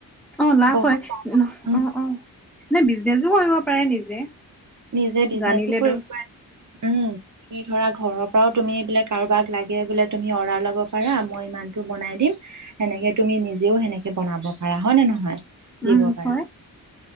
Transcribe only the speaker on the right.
বহুত
উম
নিজে বিজনেচো
কৰিব পাৰে। উম তুমি ধৰা ঘৰৰ পৰাও তুমি এইবিলাক কাৰোবাক লাগে বোলে তুমি অৰ্ডাৰ ল'ব পাৰা। মই ইমানটো বনাই দিম। সেনেক- কে তুমি নিজেও সেনেকে বনাব পাৰা হয় নে নহয়?
দিব পাৰা